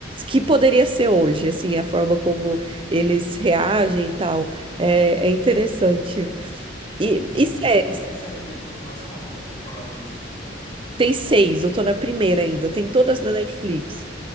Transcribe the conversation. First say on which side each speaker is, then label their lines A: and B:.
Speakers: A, on the right; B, on the left.
A: que poderia ser hoje, assim, a forma como eles reagem e tal. É, é interessante. E,
B: muito
A: e série,
B: legal. E a série teve continuação? Quantas temporadas existem dela?
A: tem seis, eu tô na primeira ainda, tem todas
B: Hum.
A: na Netflix.